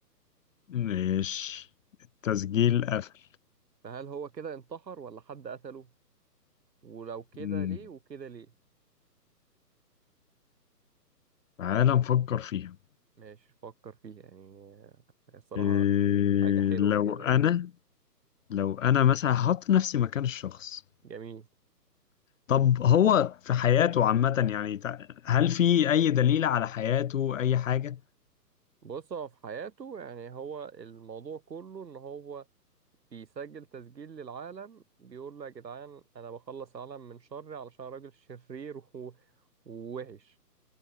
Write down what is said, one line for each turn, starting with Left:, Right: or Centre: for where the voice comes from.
Left: ماشي التسجيل قفل
Right: فهل هو كده انتحر ولا حد قتله ولو كده
Left: مم.
Right: ليه وكده ليه
Left: تعالى نفكر فيها
Right: ماشي فكر فيها يعني آه، الصراحة
Left: إيه
Right: حاجة حلوة
Left: لو
Right: كده
Left: أنا
Right: يعني
Left: لو أنا مثلا هحط نفسي مكان الشخص
Right: جميل
Left: طب هو في حياته عامة يعني تع- هل في أي دليل على حياته أي حاجة؟
Right: بص هو في حياته يعني هو الموضوع كله ان هو بيسجل تسجيل للعالم بيقول له يا جدعان انا بخلص العالم من شري علشان راجل شرير و- ووحش